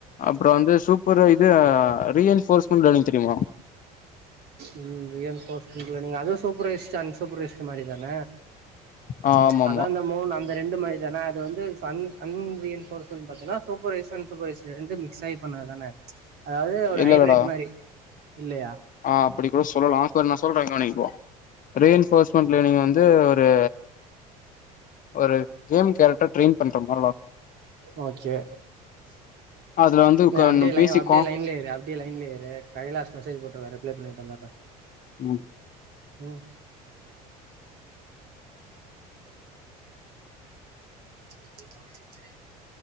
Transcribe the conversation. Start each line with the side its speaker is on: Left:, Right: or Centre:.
Left: அப்றோ வந்து சூப் <unintelligible> இது reinforcement learning தெரியுமா
Right: ம் ரீ என் ஃபோர்ஸ்மெண்ட்ல அது சூப்பரரைஸ்ட் அன்சூப்பரரைஸ்ட் மாரி தான
Left: ஆ ஆமா ஆமா
Right: அதா அந்த இந்த மூணு அந்த ரெண்டு மாரி தான அது வந்து சன் அன் ரீ என் ஃபோர்ஸ்மெண்ட் பாத்தனா சூப்பரைஸ் அன் சூப்பரைஸ் ரெண்டு மிக்ஸ் ஆயி பண்ணது தான அதாவது ஒரு
Left: இல்ல
Right: ஹைப்ரேட்
Left: இல்லடா
Right: மாரி இல்லையா
Left: ஆ அப்டி கூட சொல்லலா செரி நா சொல்றே கவணி ப்ரோ ரீ என் ஃபோர்ஸ்மெண்ட் லேர்னிங் வந்து ஒரு ஒரு கேம் கேரக்டர ட்ரெயின் பண்ற மாராடா
Right: ஓகே
Left: அதுல வந்து
Right: ஏ அப்டே லைன்
Left: பேசிக்கா
Right: வா அப்டே லைன்லயே இரு அப்டே லைன்லே இரு கைலாஷ் மெசேஜ் போட்டுருக்கா ரிப்ளே பண்ணிட்டு வந்துறே
Left: ம்
Right: ம் <unintelligible>